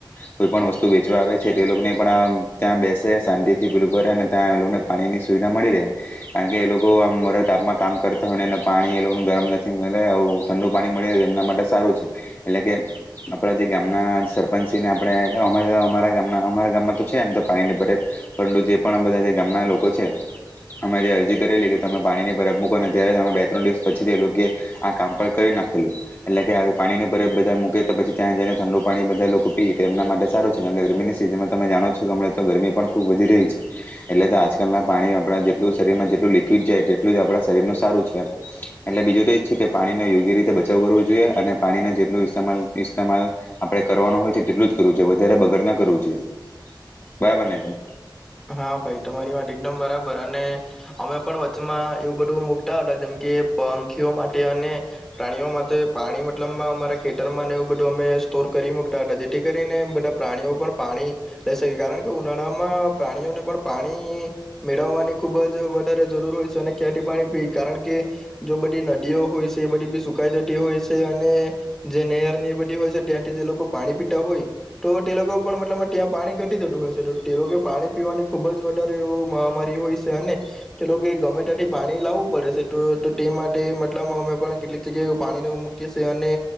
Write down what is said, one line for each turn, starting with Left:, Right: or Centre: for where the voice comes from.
Left: કોઈ પણ વસ્તુ વેચવા આવે છે, તે એ લોકોને પણ આ ત્યાં બેસે શાંતિથી પીલું કરે અને ત્યાં એ લોકોને પાણીની સુવિધા મળી રે, કાણ કે એ લોકો આમ મરે તાપમાં કામ કરતા હોય ને એ પાણી એ લોકોને ગરમ નથી મલે આવુ ઠંડુ પાણી મળે એ એમના માટે સારું છે એટલે કે આપણા જે ગામના સરપંચસીને આપણે અમારા અમારા ગામના અમારા ગામમાં તો છે એમ તો પાણીની પર પરંતુ જે પણ બધા જે ગામના લોકો છે અમે જે અરજી કરેલી કે તમે પાણીની પરબ મૂકો ને ત્યારે જ અમે બે ત્રણ દિવસ પછી જ એ લોકે આ કામ પર કરી નાખેલું એટલે કે આવી પાણીની પરબ બધા મૂક કે તો પછી ત્યાં જઈને ઠંડુ પાણી બધા લોકો પીએ કે એમના માટે સારું છે, કાણ કે ગરમીની સિઝનમાં તમે જાણો છો કે અમણે તો ગરમી પણ ખૂબ વધી રહી છે એટલે તો આજકાલના પાણી આપણા જેટલું શરીરમાં જેટલું લિક્વિડ જાય તેટલું જ આપણા શરીરનું સારું છે એમ એટલે બીજું તો એ જ છે કે પાણીનો યોગ્ય રીતે બચાવ કરવો જોઈએ અને પાણીને જેટલું ઇસ્તેમાલ ઇસ્તમાલ આપડે કરવાનો હોય છે તેટલું જ કરવું જોઈ વધારે બગડ ના કરવું જોએ, બરાબર ને તો
Centre: હા ભાઈ તમારી માટે એકદમ બરાબર અને અમે પણ વચચમાં એવું બઢુ મુૂકટા હતા, જેમ કે પંખીઓ માટે અને પ્રાણીઓ માટે પાણી મતલબમાં અમારા ખેટરમાં ને એવું બધું અમે સ્તોર કરી મુકતા હતા જેથી કરીને બઢા પ્રાણીઓ પણ પાણી <unintelligible> કારણ કે ઉનાળામાં પ્રાણીઓને પણ પાણી મેળવવાની ખુબ જ વઢારે જરૂર હોય છે અને ક્યાંઠી પાણી પી કારણ કે જો બઢી નદીઓ હોય છે એ બધી બી સુકાઈ જટી હોય છે અને જે નેહરની એ બઢી હોય છે, ત્યાંથી જે લોકો પાણી પીટા હોય ટો ટે લોકો પણ મતલબ ત્યાં પાણી ઘટી જટુ હોય છે ટો તે લોકો પાણી પીવાની ખૂબ જ વઢારે એવું મહામારી હોય સે અને ટે લોકે ગમે તાંથી પાણી લાવવું પડે સે, ટો ટે માટે મતલબમાં અમે પણ કેટલીક જગ્યાએ એવુ ને પાણીને એવુ મૂકીએ સે અને